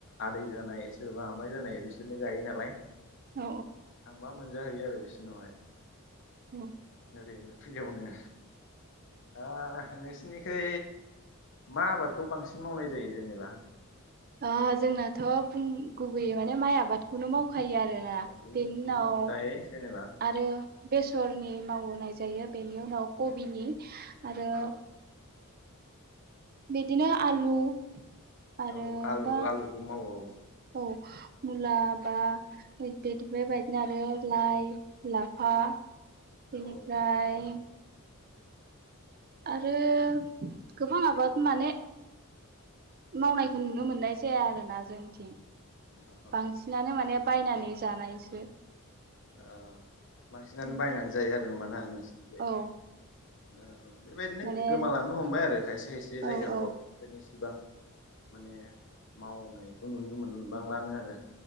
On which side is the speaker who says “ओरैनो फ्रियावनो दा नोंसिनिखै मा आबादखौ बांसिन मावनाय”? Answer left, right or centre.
Left